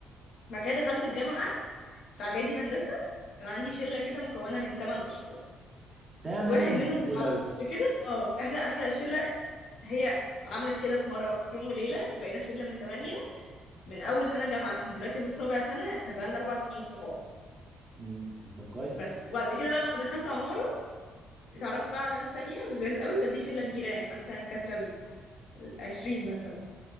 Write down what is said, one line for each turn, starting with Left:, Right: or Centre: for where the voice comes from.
Left: بعد كده دخلت الجامعه في اعدادي هندسه كان عندي شله كده مكونه من ثمان اشخاص
Right: تمانية
Left: واحد منهم كنت
Right: كتير
Left: اعرفه
Right: اوي
Left: قبل كده اه احنا احنا شله هي اتعملت كده في مره في يوم وليله بقينا شله من ثمانيه من اول سنه جامعه احنا دلوقتي اهو في رابع سنه احنا بقى لنا اربع سنين صحاب
Right: مم. طب كويس
Left: بس وبعد كده بقى لما دخلت عماره اتعرفت بقى على ناس تانية لذاذ قوي بس دي شله كبيره يعني مثلا كسره ال ال 20 مثلا